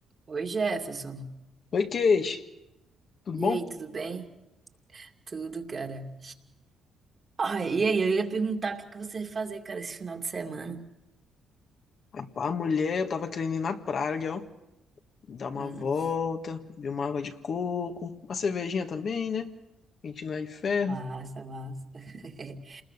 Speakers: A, on the right; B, on the left.
A: Oi, Jefferson.
B: Oi, Kate, tudo
A: E
B: bom?
A: aí, tudo bem? Tudo, cara. Ai, e aí, eu ia perguntar o que que você vai fazer, cara, esse final de semana.
B: Rapaz, mulher, eu tava querendo ir na praia, ó. Dar uma
A: Hum,
B: volta, beber uma água de coco, uma cervejinha também, né? A gente não é de ferro.
A: massa, massa. <laughs>